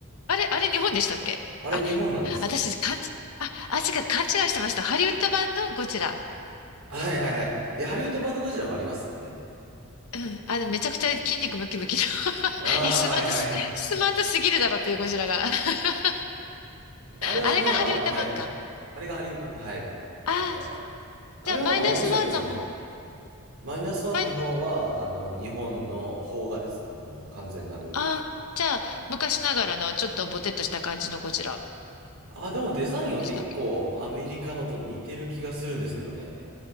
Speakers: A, on the left (about 75°); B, on the right (about 70°).
A: あれ、あれ日本でしたっけあ、
B: あれ日本なんですよね
A: 私、勘違い、あ、あ、違う、勘違いしてました。ハリウッド版のゴジラ。
B: はいはいはい。いや、ハリウッド版のゴジラもありますよね。
A: うん。あの、めちゃくちゃ筋肉ムキムキの <laughs>
B: ああ、
A: え、スマートす、
B: はいはい。
A: スマートすぎるだろっていうゴジラが <laughs>
B: <laughs> あれはまあ、
A: あれがハリウッド版か。
B: はい。あれがハリウッド版、はい。
A: ああ、
B: なんか、あれはまあ面白いっちゃ面白い。
A: じゃあマイナスワンの方。
B: マイナスワンの方は、
A: マイナ、
B: あの、日本の邦画ですね。もう完全なる。
A: ああー、じゃあ昔ながらのちょっとボテッとした感じのゴジラ
B: あ、でもデザインは結構アメリカのと似てる気がするんですけどね。
A: でしたっけ